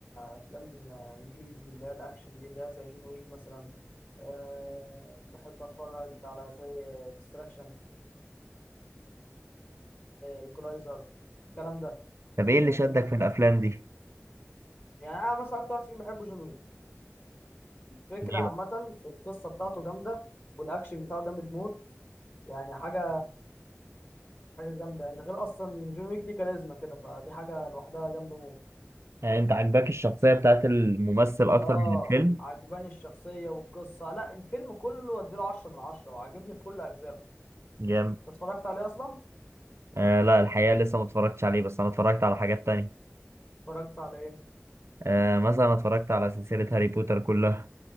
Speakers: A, on the left; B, on the right.
A: افلام آه، انجليزي اللي هي الاكشن دي اللي هي زي جون ويك مثلا أه بحب اتفرج على زي اكستراكشن ايكولايزر الكلام ده
B: طب ايه
A: يعني
B: اللي شدك
A: انت
B: في الافلام دي
A: يعني انا مثلا اكتر واحد فيهم بحبه جون ويك الفكره
B: ليه
A: عامه
B: بقى؟
A: في القصه بتاعته جامده والاكشن بتاعه جامد موت يعني حاجه حاجه جامده انت غير اصلا جون ويك ليه كاريزما كده فدي حاجه لوحدها جامده موت
B: يعني انت عاجباك الشخصية بتاعت الممثل اكتر
A: اه
B: من الفيلم؟
A: عجباني الشخصيه والقصه لا الفيلم كله اديله 10 من 10 وعاجبني في كل اجزائه
B: جامد
A: أنت اتفرجت عليه اصلا
B: آه لا الحقيقه لسه ما اتفرجتش عليه بس انا اتفرجت على حاجات تانية
A: اتفرجت على ايه
B: آه مثلا اتفرجت على سلسله هاري بوتر كلها